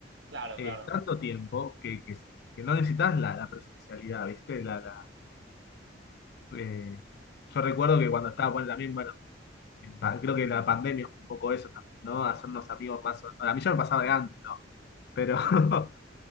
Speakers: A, on the right; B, on the left.
A: Claro,
B: eh,
A: claro.
B: tanto tiempo, que, que, que no necesitas la, la presencialidad, ¿viste? La, la, eh, yo recuerdo que cuando estaba, bueno, también, bueno, en pa- creo que la pandemia fue un poco eso también, ¿no? Hacernos amigos más, o- a mí ya me pasaba de antes, ¿no? Pero... <laughs>
A: Ujú.